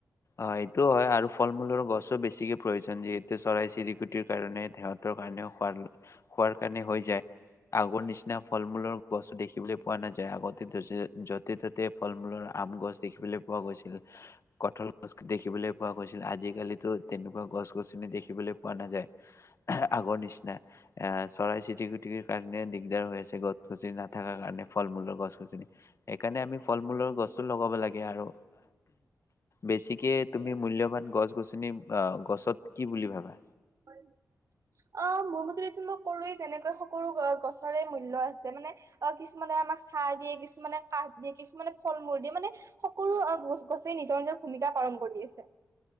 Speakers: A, on the left; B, on the right.
A: অ' এইটো হয় আৰু ফল-মূলৰ গছো বেছিকে প্ৰয়োজন, যিহেতু চৰাই-চিৰিকুটিৰ কাৰণে তেহত তৰ কাৰণেও খোৱাৰ- খোৱাৰ কাৰণে হৈ যায়। আগৰ নিচিনা ফল-মূলৰ গছো দেখিবলৈ পোৱা নাযায়। আগতে তযে যতে ত তে ফল-মূলৰ আম গছ দেখিবলৈ পোৱা গৈছিল। কঠল গছ দেখিবলৈ পোৱা গৈছিল। আজিকালিতো তেনেকুৱা গছ-গছনি দেখিবলৈ পোৱা নাযায়। আগৰ নিচিনা। অ' চৰাইচিটিকুটিৰ কাৰণে দিগদাৰ হৈ আছে গছ-গছনি নাথাকাৰ কাৰণে, ফল-মূলৰ গছ-গছনি এইকাৰণে আমি ফল-মূলৰ গছো লগাব লাগে আৰু বেছিকে
B: প্ৰয়োজন
A: তুমি মূল্যৱান গছ-গছনি- অ'- গছত কি বুলি ভাবা?
B: <inaudible> অ' মোৰ মতে এইটো মই ক'লোঁৱে যেনেকৈ সকলো গ- গছৰে মূল্য আছে, মানে অ' কিছুমানে আমাক ছাঁ দিয়ে, কিছুমানে কাঠ দিয়ে, কিছুমানে ফল-মূল দিয়ে, মানে সকলো অ'- গছ- গছে নিজৰ - নিজৰ ভূমিকা পালন কৰি আছে।